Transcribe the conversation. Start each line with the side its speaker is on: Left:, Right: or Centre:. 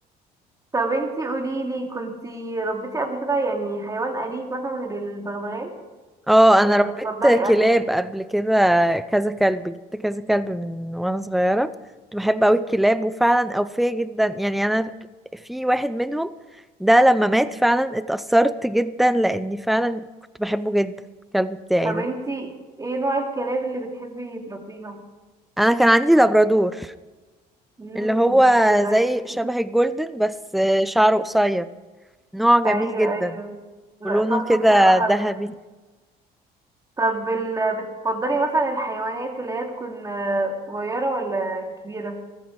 Right: طب انتي قوليلي كنتي ربيتي قبل كده يعني حيوان أليف مثلا غير البغبغان
Centre: اه
Right: ولا
Centre: انا ربيت
Right: بتفضلي
Centre: كلاب
Right: أنهي
Centre: قبل كده كذا كلب جبت كذا كلب من وانا صغيره كنت بحب قوي الكلاب وفعلا اوفيه جدا يعني انا في واحد منهم ده لما مات فعلا اتأثرت جدا لاني فعلا كنت بحبه جدا الكلب بتاعي
Right: طب
Centre: ده
Right: انتي ايه نوع الكلاب اللي بتحبي تربيها
Centre: انا كان عندي لابرادور
Right: امم
Centre: اللي هو
Right: حلو ده
Centre: زي شبه
Right: <laughs>
Centre: الجولدن بس شعره قصير نوع جميل
Right: ايوه
Centre: جدا
Right: ايوه لا
Centre: ولونه
Right: تحفة
Centre: كده
Right: بصراحة
Centre: ذهبي
Right: طب ال... بتفضلي مثلا الحيوانات اللي هي تكون آه، صغيرة ولا كبيرة